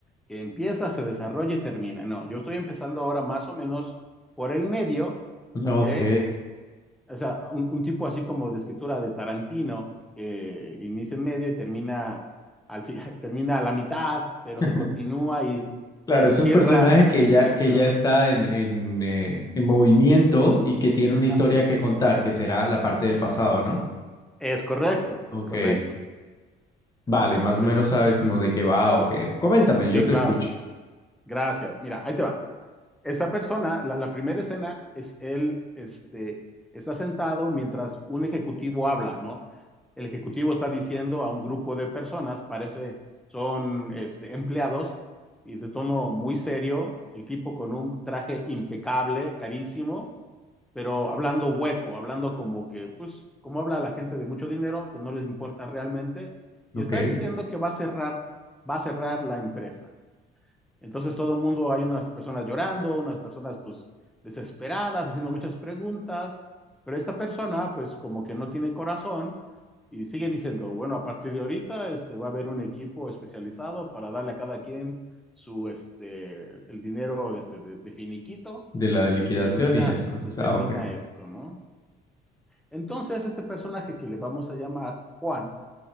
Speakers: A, in the centre; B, on the left (about 20°).
A: que empieza, se desarrolla y termina. No, yo estoy empezando ahora más o menos por el medio, ¿ok?
B: ok.
A: O sea, un, un tipo así como de escritura de Tarantino, que inicia en medio y termina, al fi- <laughs> termina a la mitad, pero
B: <laughs>
A: se continúa y,
B: Claro,
A: y se
B: es
A: cierra
B: un personaje que
A: el
B: ya,
A: ciclo.
B: que ya está en, en, eh, en movimiento y que tiene una historia
A: Ah,
B: que contar, que será la parte del pasado, ¿no?
A: Es correcto, es
B: Ok,
A: correcto.
B: vale, más
A: Bueno,
B: o menos sabes como de qué va o qué. Coméntame,
A: sí,
B: yo te
A: claro.
B: escucho.
A: Gracias. Mira, ahí te va. Esta persona, la, la primera escena es él, este, está sentado mientras un ejecutivo habla, ¿no? El ejecutivo está diciendo a un grupo de personas, parece son este, empleados, y de tono muy serio, el tipo con un traje impecable, carísimo, pero hablando hueco, hablando como que, pues, como habla la gente de mucho dinero, que no les importa realmente,
B: Ok.
A: y está diciendo que va a cerrar, va a cerrar la empresa. Entonces todo el mundo, hay unas personas llorando, unas personas pues desesperadas, haciendo muchas preguntas, pero esta persona pues como que no tiene corazón y sigue diciendo, bueno, a partir de ahorita este, va a haber un equipo especializado para darle a cada quien su, este, el dinero de, este, de- de finiquito
B: De la de
A: y
B: liquidación
A: se termina,
B: y eso. O
A: se
B: sea,
A: termina
B: ok.
A: esto, ¿no? Entonces este personaje que le vamos a llamar Juan,